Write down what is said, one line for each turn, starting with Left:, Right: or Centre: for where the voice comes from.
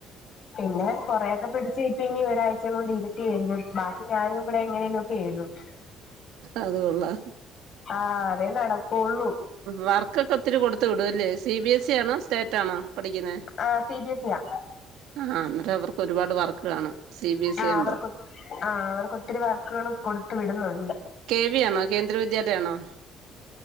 Left: പിന്നെ കൊറെക്കെ പിടിച്ച് ഇപ്പ ഇനി ഒരാഴ്ച കൊണ്ട് ഇര് ത്തി എഴുതും ബാക്കി ഞാനും കൂടെ എങ്ങനെലും ഒക്കെ എഴുതും
Right: അതുകൊള്ളാം
Left: ആഹ് അതേ നടക്കുള്ളൂ
Right: വർക്കൊക്കെ ഒത്തിരി കൊടുത്തു വിടും അല്ലേ സി ബി എസ് ഇ ആണോ സ്റ്റേറ്റ് ആണോ പഠിക്കുന്നെ
Left: ആഹ് C B S E yeah
Right: ആഹ് അന്നേരം അവർക്ക് ഒരുപാട് വർക്ക് കാണും സി ബി എസ്
Left: ആഹ്
Right: ഇ ആകുമ്പോ
Left: അവർക്ക് ആഹ് അവർക്ക് ഒത്തിരി വർക്കുകള് കൊടുത്ത് വിടുന്നുണ്ട്
Right: കെ വി ആണോ കേന്ദ്ര വിദ്യാലയ ആണോ